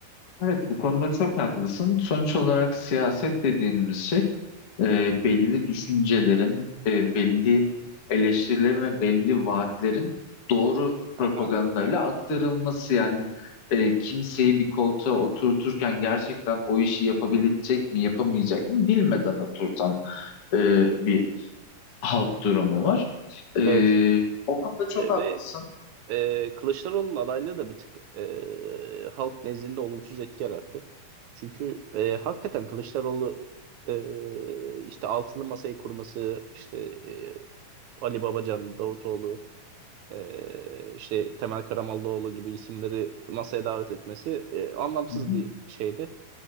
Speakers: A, on the left; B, on the right.
A: evet bu konuda çok haklısın. Sonuç olarak siyaset dediğimiz şey e, belli düşüncelerin, e, belli eleştirilerin ve belli vaatlerin doğru
B: Aha,
A: propagandayla aktarılması. Yani e, kimseyi bir koltuğa oturturken gerçekten o işi yapabilecek mi, yapamayacak mı bilmeden oturtan e, bir halk durumu var. Ee,
B: evet.
A: o konuda çok
B: E,
A: haklısın.
B: ve e, Kılıçdaroğlu'nun adaylığı da bir tık e, halk nezdinde olumsuz etki yarattı. Çünkü e, hakikaten Kılıçdaroğlu e, işte altılı masayı kurması, işte e, Ali Babacan, Davutoğlu, e, işte Temel Karamollaoğlu gibi isimleri masaya davet etmesi e, anlamsız
A: Hı hı.
B: bir şeydi.